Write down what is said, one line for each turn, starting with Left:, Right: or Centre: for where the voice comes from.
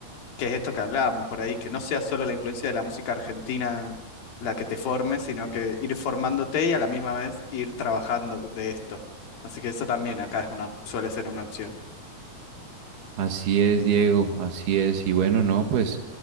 Left: que es esto que hablábamos por ahí, que no sea solo la influencia de la música argentina la que te forme, sino que ir formándote y a la misma vez ir trabajando de esto. Así que eso también acá es una, suele ser una opción.
Right: Así es, Diego, así es. Y bueno, no, pues